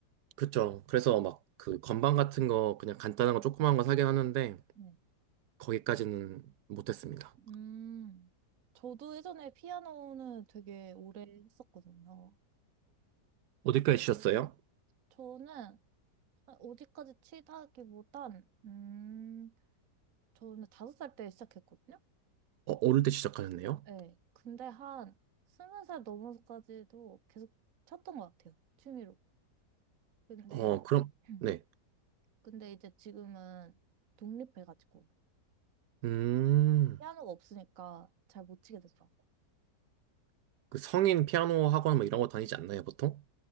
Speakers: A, on the right; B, on the right.
A: 그쵸. 그래서
B: 네.
A: 막 그 건반 같은 거, 그냥 간단한 거 조그만 거 사긴 하는데,
B: 네.
A: 거기까지는 못했습니다.
B: 음, 저도 예전에 피아노는 되게 오래 했었거든요. 근데
A: 어디까지 치셨어요?
B: 저는 아, 어디까지 치다기보단, 음, 저는 다섯 살 때 시작했거든요?
A: 어, 어릴 때 시작하셨네요?
B: 네. 근데 한 스무 살 넘어서까지도 계속 쳤던 것 같아요. 취미로. 근데,
A: 어, 그럼,
B: <clears throat>
A: 네.
B: 근데 이제 지금은 독립해가지고,
A: 음,
B: 피아노가 없으니까 잘 못 치게 되더라고요.
A: 그 성인 피아노 학원 뭐 이런 거 다니지 않나요, 보통?